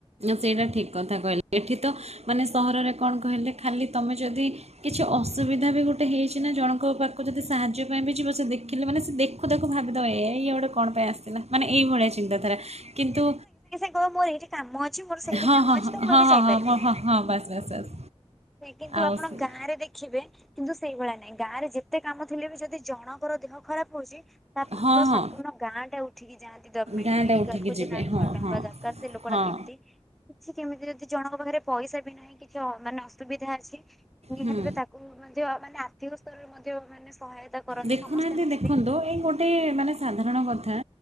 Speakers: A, on the right; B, in the centre.
A: ସେଇଟା ଠିକ କଥା କହିଲ ଏଠିତମାନେ ସହରରେ କଣ କହିଲେ ଖାଲି ତୁମେ ଯଦି କିଛି ଅସୁବିଧା ବି ଗୋଟେ ହେଇଛି ନା ଜଣଙ୍କ ପାଖକୁ ଯଦି ସାହାଯ୍ୟ ପାଇଁ ବି ଯିବ ସେ ଦେଖିଲେ ମାନେ ସେ ଦେଖୁ ଦେଖୁ ଭାବିଦବ ଏଇଏ ଗୋଟେ କଣ ପାଇଁ ଆସିଥିଲା ମାନେ ଏଇ ଭାଳିଆ ଚିନ୍ତା ଧାରା କିନ୍ତୁ
B: ହଁ ମୋର ଏଇଠି କାମ ଅଛି ମୋର ସେଇଠି
A: ହଁ
B: କାମ
A: ହଁ
B: ଅଛି
A: ହଁ
B: ତ ମୁଁ
A: ହଁ
B: ଏବେ
A: ହଁ
B: ଯାଇପାରିବିନି।
A: ହଁ ମୋ ହଁ ହଁ ବାସ୍ ବାସ୍ ବାସ୍।
B: କିନ୍ତୁ
A: ଆଉ
B: ଆପଣ
A: ସେ-
B: ଗାଁ ରେ ଦେଖିବେ କିନ୍ତୁ ସେଇଭଳିଆ ନାଇଁ ଗାଁ ରେ ଯେ ଏତେ କାମ ଥିଲେ ବି ଯଦି ଜଣଙ୍କର ଦେହ ଖରାପ ହଉଛି ତା ପାଇଁ
A: ହଁ
B: ପୁରା
A: ହଁ
B: ସମ୍ପୂର୍ଣ୍ଣ ଗାଁ ଟା ଉଠି ଯାଆନ୍ତି ଗ୍ରୋଭମେଣ୍ଟ
A: ଗାଁଟା
B: ମେଡିକାଲ
A: ଉଠିକି
B: କୁ
A: ଯିବେ
B: ଯେ ନାଇଁ
A: ହଁ
B: ଭଲ
A: ହଁ
B: ହବା ଦରକାର ସେ ଲୋକଟା
A: ହଁ
B: କେମିତି ସେ କେମିତି ଯଦି ଜଣଙ୍କ ପାଖରେ ପଇସା ବି ନାହିଁ କିଛି ମାନେ ଅସୁବିଧା ଅଛି ନିହାତି
A: ହୁଁ
B: ତାକୁ ମଧ୍ୟୟ ମାନେ ଆର୍ଥିକ ସ୍ତରରେ ମଧ୍ୟୟ ମାନେ ସହାୟତା କରନ୍ତି
A: ଦେଖୁନାହାନ୍ତି
B: ସମସ୍ତେ ମିଶି।
A: ଦେଖନ୍ତୁ ଏଇ ଗୋଟେ ମାନେ ସାଧାରଣ କଥା